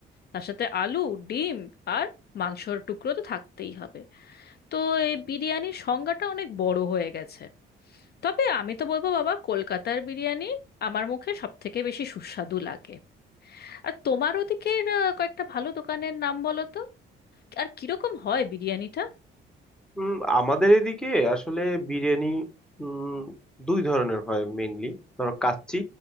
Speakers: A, on the left; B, in the centre.
A: তার সাথে আলু ডিম আর মাংসর টুকরো তো থাকতেই হবে তো এই বিরিয়ানির সংজ্ঞাটা অনেক বড় হয়ে গেছে তবে আমি তো বলবো বাবা কলকাতার বিরিয়ানি আমার মুখে সব থেকে বেশি সুস্বাদু লাগে আর তোমার ওদিকের আহ, কয়েকটা ভালো দোকানের নাম বলো তো আর কিরকম হয় বিরিয়ানিটা
B: উম, আমাদের এদিকে আসলে বিরিয়ানি উম, দুই ধরনের হয় মেইনলি ধরো কাচ্চি